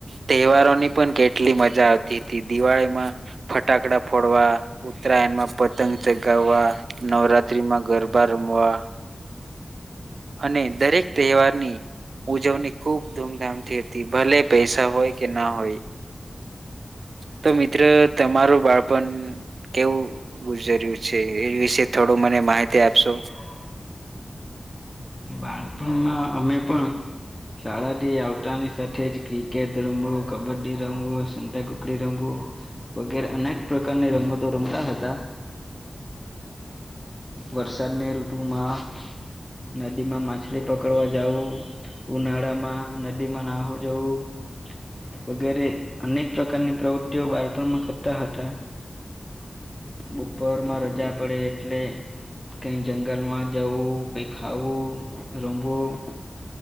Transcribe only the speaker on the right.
તહેવારોની પણ કેટલી મજા આવતી હતી દિવાળીમાં ફટાકડા ફોડવા ઉત્તરાયણ માં પતંગ ચગાવવા નવરાત્રીમાં ગરબા ર વા અને દરેક તહેવારની ઉજવણી ખૂબ ધૂમધામથી હતી ભલે પૈસા હોય કે ના હોય
તો મિત્ર તમારું બાળપણ કેવું ગુજર્યુ છે એ વિશે થોડું મને માહિતી આપશો